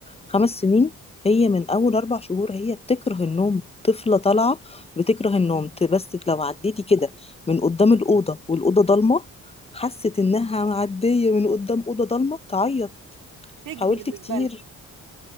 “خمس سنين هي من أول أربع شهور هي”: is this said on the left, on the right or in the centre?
Left